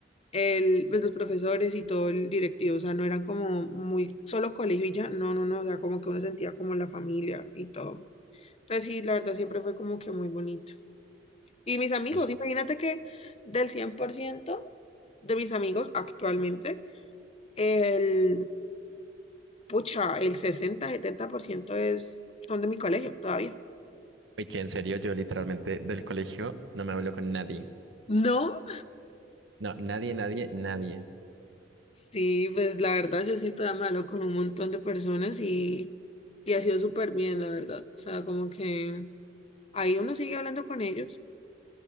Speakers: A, on the left (about 35°); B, on the right (about 85°).
A: el, pues, los profesores y todo el directivo, o sea, no eran como muy solo colegio y ya, no, no, no, o sea, como que uno sentía como la familia y todo. Entonces sí la verdad, siempre fue como que muy bonito. Y mis amigos,
B: Uy.
A: imagínate que del 100% de mis amigos actualmente, el, pucha, el sesenta setenta por ciento es, son de mi colegio todavía.
B: Uy, que en serio, yo literalmente del colegio no me hablo con nadie.
A: No,
B: No, nadie, nadie, nadie.
A: sí, pues la verdad, yo sí todavía me hablo con un montón de personas y, y ha sido súper bien, la verdad. O sea, como que ahí uno sigue hablando con ellos.